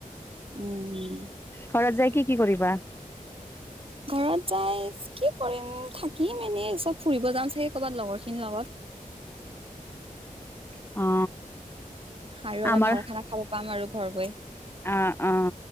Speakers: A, on the right; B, on the left.
A: উম, উম।
B: ঘৰত যাই কি কি কৰিবা?
A: ঘৰত যাই কি কৰিম, থাকিম এনে, চব ফুৰিব যাম চাগে ক'ৰবাত লগৰ খিনিৰ লগত।
B: অ।
A: আৰু অলপ
B: আমাৰ
A: ভাল খানা খাব পাম আৰু ঘৰ গৈ।
B: অ, অ,